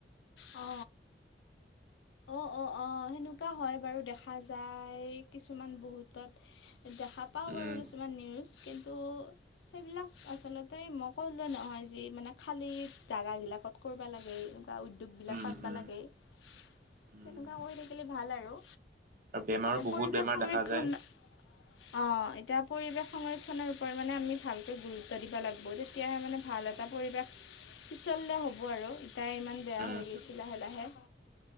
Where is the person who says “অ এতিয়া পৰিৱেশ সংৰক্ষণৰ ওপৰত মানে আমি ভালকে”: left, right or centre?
Left